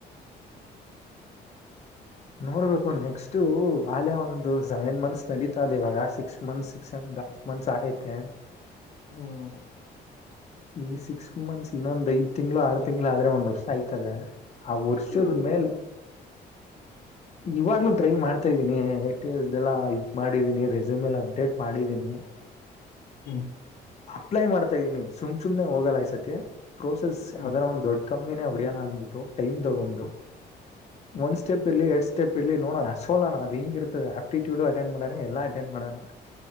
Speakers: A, on the left; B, on the left.
A: ನೋಡ್ಬೇಕು ನೆಕ್ಸ್ಟ್ ಆಲೆ ಒಂದು ಸೆವೆನ್ ಮಂತ್ಸ್ ಕಡೀಿತಾದೆ ಇವಾಗ six months six and half months ಆಗೈತೆ
B: ಹ್ಮ
A: ಈ ಸಿಕ್ಸ್ ಮಂತ್ಸ್ ಇನ್ನೊಂದ ಐ್ ತಿಂಗಳು ಆರು ತಿಂಗ್ಗಳು ಆದ್ರೆ ಒಂದ್ ವರ್ಷ ಆಯ್ತದೆ ಆ ವರ್ಷದ
B: ಹ್ಮ್
A: ಮೇಲೆ ಇವಾಗ್ಲೂ ಟ್ರೈ ಮಾಡ್ತಾ ಇದ್ದೀನಿ ಟಸ್ಲ್ಲ ಇದ್ ಮಾಡಿದ್ದೀನಿ ರೆಸ್ಯೂಮ್ ಎಲ್ಲ ಅಪ್ಡೇಟ್ ಮಾಡಿದ್ದೀನಿ <unintelligible>
B: ಹ್ಮ
A: ಅಪ್ಲೈ ಮಾಡ್ತಾ ಇದೀನಿ ಸುಮ್ ಸುಮನೆ ಹೋಗಲ್ಲಾಯ್ಸತಿ ಪ್ರೋಸೆಸ್ ಯಾವ್ದಾರ
B: ಹ್ಮ್
A: ಒಂದ್ ದೊಡ್ಡತ ಕಮ್ಮಿನೇ ಒಡಿಯಾನ ಅನ್ಬಿಟ್ಟು ಟೈಮ್ ತಗೊಂಡು ಒಂದ್ ಸ್ಟೆಪ್ ಇರ್ ಎರಡ್ ಸ್ಟೆಪ್ ಇರ್ ನೋಡೋನಾ ಸೋಲ ನ ಅದು ಹಿಂಗ ಇರ್ತದೆ ಆಪ್ಟಿಟ್ಯೂಡ್ ಅಟೆಂಡ್ ಮಾಡೇನೆ ಎಲ್ಲ ಅಟೆಂಡ ಮಾಡೋಣ